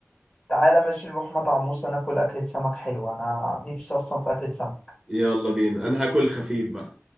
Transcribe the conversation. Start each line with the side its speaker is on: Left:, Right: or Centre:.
Left: تعالى ماشي نروح مطعم موسى ناكل أكلة سمك حلوة أنا نفسي أصلا في أكلة سمك
Right: يلا بينا انا هاكل خفيف بقى